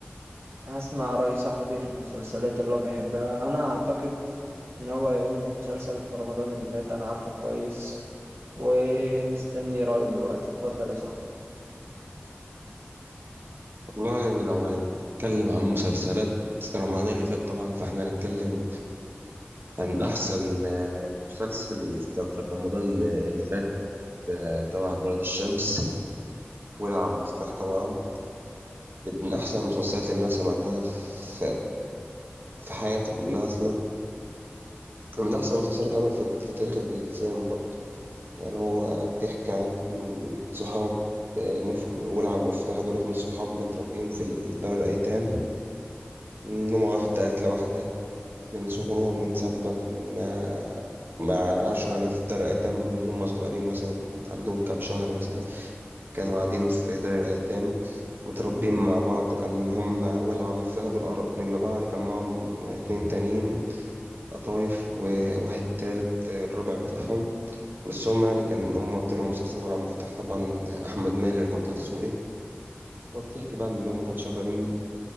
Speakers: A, on the right (about 80°); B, on the right (about 55°).
A: هسمع رأي صاحبي في المسلسلات اللي هو بيحبها أنا أعتقد إن هو هيقول مسلسل في رمضان اللي فات أنا عارفه كويس ومستني رأيه دلوقتي اتفضل يا صاحبي
B: والله لو هنتكلم عن مسلسلات رمضان اللي فات طبعا فاحنا هنتكلم عن أحسن آه، مسلسل كان في رمضان آه، اللي فات آه، طبعا ولاد الشمس ولع مفتاح طبعا من أحسن المسلسلات اللي أنا سمعتها في في حياتي كلها أصلا من أحسن المسلسلات اتعمل في, في تاريخ السينما برضه يعني هو بيحكي عن صحاب آه، مف- ولع ومفتاح دولت من صحاب متربيين في دار الأيتام نومة واحدة أكلة واحدة من صغرهم من ساعة ما ما ما عاشوا يعني في دار الأيتام من هم صغيرين مثلا عندهم كام شهر مثلا كانوا قاعدين في دار الأيتام متربين مع بعض كان هم ولع ومفتهد والأقرب اتنين لبعض كان معاهم اتنين تانيين قطايف و- واحد تالت الرابع بتاعهم بس هم يعني كان هم أبطال المسلسل ولع ومفتاح طبعا أحمد مالك وطه دسوقي وبتحكي بقى عن اللي هم كانوا شغالين